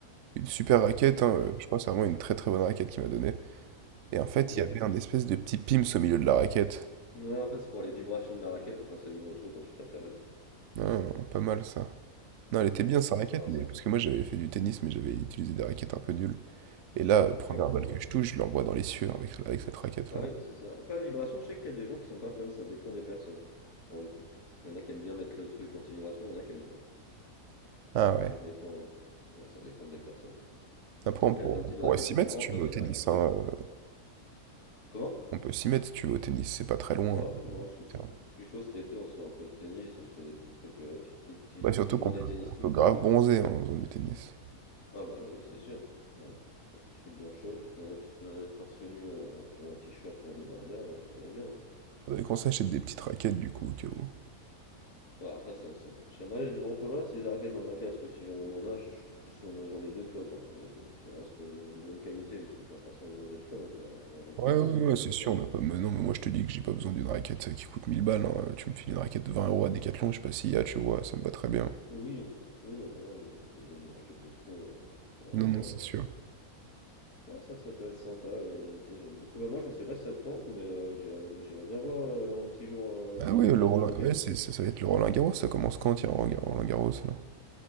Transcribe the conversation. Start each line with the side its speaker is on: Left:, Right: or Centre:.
Right: une super raquette, hein, euh, je crois que c'est vraiment une très très bonne raquette qu'il m'a donnée. Et en fait,
Left: Ok.
Right: il y avait un espèce de petit pims au milieu de la raquette.
Left: Ouais, en fait, c'est pour les vibrations de la raquette, pour pas que ça vibre trop quand tu tapes la balle.
Right: Non, pas mal ça. Non, elle était bien
Left: Ouais,
Right: sa
Left: ça
Right: raquette,
Left: sert à
Right: mais
Left: ça.
Right: parce que moi j'avais fait du tennis, mais j'avais utilisé des raquettes un peu nulles. Et là, euh,
Left: Ok,
Right: première
Left: ouais, non,
Right: balle que
Left: ouais.
Right: je touche, je l'envoie dans les cieux avec, avec cette raquette-là.
Left: Bah oui, c'est ça. Après, la vibration, je sais qu'il y a des gens qui sont pas fans, ça dépend des personnes, pour le coup. Il y en a qui aiment bien mettre le truc anti-vibration, il y en a qui aiment pas.
Right: Ah ouais.
Left: Ça dépend, ouais, ça dépend des personnes.
Right: Après,
Left: Après,
Right: on pour-
Left: il y a plein de
Right: on
Left: types de
Right: pourrait
Left: raquettes
Right: s'y
Left: différentes,
Right: mettre si tu
Left: hein,
Right: veux
Left: Il
Right: au
Left: y
Right: tennis.
Left: a des raquettes.
Right: hein, euh,
Left: Comment?
Right: On peut s'y mettre si tu veux au tennis, c'est pas très loin.
Left: Moi, moi,
Right: le
Left: je suis chaud.
Right: terrain.
Left: Je suis chaud cet été, on se fait un peu de tennis, on se fait des petits trucs, euh, petites, petites- petites-
Right: Bah, surtout
Left: petites journées
Right: qu'on peut,
Left: tennis
Right: on
Left: ping-pong.
Right: peut grave bronzer hein, en faisant du tennis.
Left: Ah bah là, oui, c'est sûr. Ouais. Ouais, Il fait bien chaud, tu te mets, en- tu te mets torse nu en, en t-shirt ou en débardeur, là, tu bronzes bien. hein.
Right: Faudrait qu'on s'achète des petites raquettes du coup, au cas où.
Left: Ouais, après, ça, ça coûte cher. Moi, je refollowerai si les arcades dans ma case, parce que si j'en en a, je- je- si on en- j'en ai deux, tu vois, par- bon, deux, qui restent euh, de bonne qualité, mais qui sont pas forcément besoin d'être folles, on pourra, on pourra les prendre,
Right: Ouais, ouais,
Left: hein, ça peut
Right: ouais,
Left: être
Right: c'est
Left: sympa,
Right: sûr,
Left: je
Right: on n'a pas.
Left: pense.
Right: Mais non, mais moi je te dis que j'ai pas besoin d'une raquette euh, qui coûte mille balles. hein. Tu me files une raquette de 20 euros à Decathlon, je sais pas s'il y a, tu vois, ça me va très bien.
Left: Oui, non, oui, non, voilà, oui, on n'a pas besoin d'une raquette de pro euh, pour l'instant,
Right: Non, non, c'est
Left: hein, franchement.
Right: sûr.
Left: Ça, c'est Ah, c'est vrai que ça peut être sympa, euh, le, tennis, j'aime beaucoup. Bah, moi, je sais pas si ça te tente, mais euh, j'irais j'irais bien voir euh, un petit jour, un,
Right: Ah
Left: une petite
Right: ouais,
Left: journée
Right: le Roland...
Left: de Roland-Garros.
Right: ouais, c'est, c'est- ça va être le Roland-Garros, ça commence quand, tiens, Roland-Garros, là?